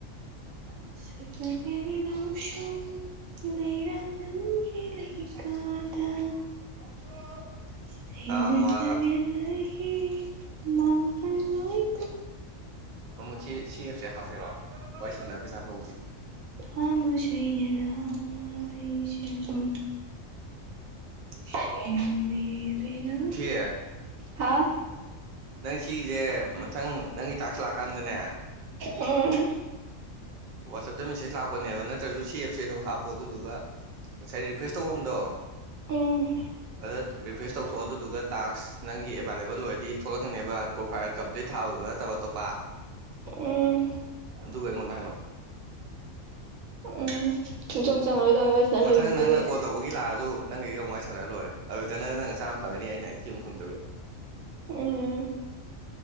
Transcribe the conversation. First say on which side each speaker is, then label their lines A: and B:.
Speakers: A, on the right; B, on the right.
A: <unintelligible>
B: ꯁꯀꯂꯒꯦꯅꯦ ꯅꯥꯎꯁꯨꯝ ꯂꯩꯔꯥꯡ ꯅꯪꯒꯤ
A: <unintelligible>
B: ꯂꯩꯀꯥꯗ
A: ꯌꯥꯝ ꯉꯥꯡꯉꯦ <unintelligible>
B: ꯁꯦꯟꯅꯖꯒꯦ
A: ꯋꯥꯒ
B: ꯂꯩꯍꯤ ꯃꯥꯡꯍꯥꯟꯂꫭꯏ
A: ꯃꯃꯨ ꯁꯤ ꯁꯤꯑꯦꯞꯁꯦ ꯍꯥꯞꯀꯦꯔꫭ ꯋꯥꯔꯤ ꯁꯥꯟꯅꯅꯕ ꯄꯩꯁꯥ ꯐꯪꯕꯤ꯫
B: ꯊꯃꫭꯏ ꯁꯦꯡꯅ ꯂꯥꯕ ꯂꯥꯍꯤꯁꯤꯡꯒꯨꯝ ꯁꯦꯡꯕꯤꯕꯤ ꯅꯪ
A: ꯊꯤꯌꯦ
B: ꯍꯥꯎ
A: ꯅꯪ ꯁꯤꯁꯦ ꯃꯊꯪ ꯅꯪꯒꯤ ꯇꯥꯛꯁ ꯂꯥꯛꯀꯥꯟꯗꯅꯦ꯫
B: ꯎꯝ꯫
A: ꯋꯥꯆꯞꯇ ꯃꯦꯁꯦꯖ ꯂꯥꯛꯄꯅꯦꯕ ꯅꯠꯇ꯭ꯔꯁꯨ ꯁꯤ ꯑꯦꯞꯁꯦ ꯑꯗꯨꯝ ꯍꯥꯞꯄꯣ ꯑꯗꯨꯗꯨꯒ ꯉꯁꯥꯏ ꯔꯤꯐ꯭ꯋꯦꯁ ꯇꯧꯐꯝꯗꫭ꯫
B: ꯎꯝ꯫
A: ꯑꯗ ꯔꯤꯐ꯭ꯔꯦꯁ ꯇꯧꯊꯣꯛꯑꯣ ꯑꯗꯨꯗꯨꯒ ꯇꯥꯛꯁ ꯅꯪꯒꯤ ꯑꯦꯕꯥꯏꯂꯦꯕꯜ ꯑꯣꯏꯔꯗꯤ ꯊꯣꯛꯂꯛꯀꯅꯦꯕ ꯄ꯭ꯔꯣꯐꯥꯏꯜ ꯀꯝꯄ꯭ꯂꯤꯠ ꯊꯥꯕꯗꯨ ꯅꯠꯇꯕ ꯑꯇꯣꯞꯄ
B: ꯎꯝ
A: ꯑꯗꯨꯒ ꯑꯩꯉꯣꯟꯗ ꯍꯥꯏꯔꯛꯑꯣ꯫
B: ꯎꯝ ꯁꯨꯡꯆꯪ ꯆꯪꯉꯔꯣꯏꯗꯕꯅꯤ ꯋꯔꯤ ꯁꯥꯟꯅ
A: ꯃꯊꯪ
B: ꯂꯣꯏꯈꯤꯕꯗꯒꯤ
A: ꯅꯪꯅ
B: ꯑꯩ꯫
A: ꯀꯣꯜ ꯇꯧꯕꯒꯤ ꯂꯥꯛꯑꯁꯨ ꯅꯪ ꯑꯩꯒꯥ ꯑꯃꯨꯛ ꯋꯥꯔꯤ ꯁꯥꯟꯅ ꯂꯣꯏꯔꯦ ꯑꯗꯨꯗ ꯅꯪꯅ ꯆꯥꯝ ꯐꯪꯉꯅꯤ ꯑꯩꯅ ꯑꯦꯠꯇꯤ ꯑꯃꯨꯛ ꯐꯪꯗꯣꯏꯕ꯫
B: ꯎꯝ